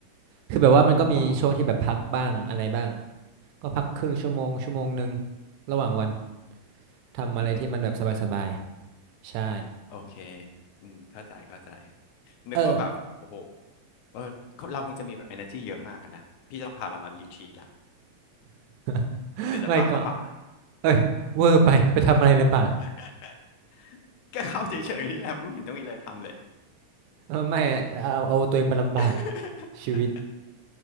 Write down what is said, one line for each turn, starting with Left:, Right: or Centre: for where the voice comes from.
Right: คือแบบว่ามันก็มีช่วงที่แบบพักบ้างอะไรบ้าง
Left: หรอ
Right: ก็พักครึ่งชั่วโมงชั่วโมงหนึ่งระหว่างวันทำอะไรที่มันแบบสบายๆใช่
Left: อือฮึโอเคอืมเข้าใจเข้าใจนึกว่าแบบโอ้โห
Right: เออ
Left: เออเราคงจะมีแบบ energy เยอะมากอะนะพี่ต้องพาเรามารีทรีตละ
Right: <laughs>
Left: เดี๋ยวจะพาเข้าป่า
Right: ไม่ก็เอ้ยเวอร์ไปไปทำอะไรในป่า
Left: <laughs> ก็เข้าเฉยๆนี่แหละไม่เห็นต้องมีอะไรทำเลย
Right: เออไม่เอาเอาตัวเองไปลำบาก
Left: <laughs>
Right: ชีวิต